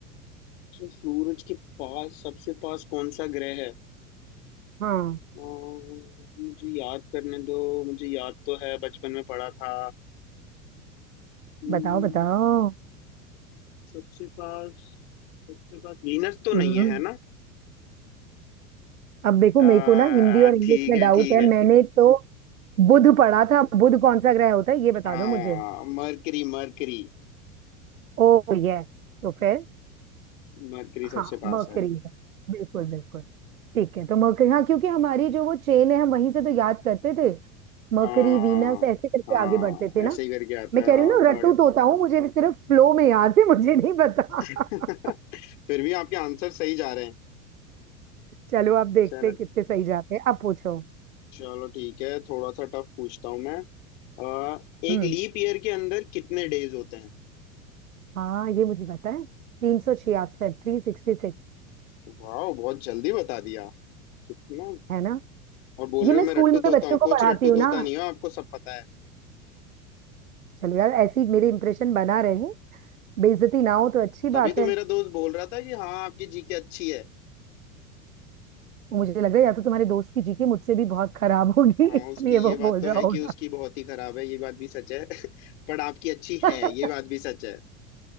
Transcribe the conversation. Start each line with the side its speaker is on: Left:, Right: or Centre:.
Left: So, सूरज के पास सबसे पास कौन सा ग्रह है
Right: हाँ
Left: अम्म, मुझे याद करने दो मुझे याद तो है बचपन में पढ़ा था हम्म,
Right: बताओ बताओ
Left: सबसे पास सबसे पास वीनस तो
Right: हम्म
Left: नहीं है है ना
Right: अब देखो
Left: आ,
Right: मेरे को ना हिंदी और इंग्लिश
Left: ठीक
Right: में
Left: है
Right: डाउट
Left: ठीक
Right: है
Left: है
Right: मैंने तो बुध पढ़ा था बुध कौन सा ग्रह होता है ये बता
Left: हाँ
Right: दो मुझे
Left: मरकरी मरकरी
Right: ओ यस तो फिर
Left: मरकरी सबसे
Right: हाँ
Left: पास
Right: मर्करी
Left: है
Right: है बिल्कुल बिल्कुल ठीक है तो मर्करी हाँ क्योंकि हमारी जो वो चेन है हम वहीं से तो याद करते थे मर्करी
Left: हाँ
Right: वीनस ऐसे करके
Left: हाँ
Right: आगे बढ़ते थे ना
Left: ऐसे ही करके आता
Right: मैं
Left: है
Right: कह
Left: हाँ
Right: रही हूँ ना
Left: थर्ड
Right: रट्टू तोता हूँ मुझे भी सिर्फ फ्लो में याद है मुझे नहीं पता
Left: <laughs>
Right: <laughs>
Left: फिर भी आपके आंसर सही जा रहे हैं
Right: चलो आप देखते
Left: चलो
Right: हैं कितने सही जाते हैं अब पूछो
Left: चलो ठीक है थोड़ा सा टफ पूछता हूँ मैं आ, एक
Right: हम्म
Left: लीप ईयर के अंदर कितने डेज होते हैं
Right: हाँ ये मुझे पता है तीन सौ छियासठ थ्री सिक्सटी सिक्स
Left: वाह बहुत जल्दी बता दिया कितना
Right: है ना
Left: और बोल
Right: ये
Left: रहे
Right: मैं
Left: हो मैं
Right: स्कूल
Left: रट्टू
Right: में
Left: तोता
Right: बच्चों
Left: हूँ
Right: को
Left: कुछ
Right: पढ़ाती
Left: रट्टू
Right: हूँ
Left: तोता
Right: ना
Left: नहीं हो आपको सब पता है
Right: चलो यार ऐसी मेरे इंप्रेशन बना रहे बेइज्जती ना हो तो अच्छी
Left: तभी
Right: बात
Left: तो
Right: है
Left: मेरा दोस्त बोल रहा था कि हाँ आपकी जीके अच्छी है
Right: वो मुझे लग रहा है या तो तुम्हारे दोस्त की जीके मुझसे भी बहुत खराब होगी
Left: हाँ
Right: <laughs> इसलिए
Left: उसकी ये
Right: वो
Left: बात
Right: बोल
Left: तो
Right: रहा
Left: है
Right: होगा
Left: कि उसकी बहुत ही खराब है ये बात भी सच है <laughs> पर आपकी अच्छी
Right: <laughs>
Left: है ये बात भी सच है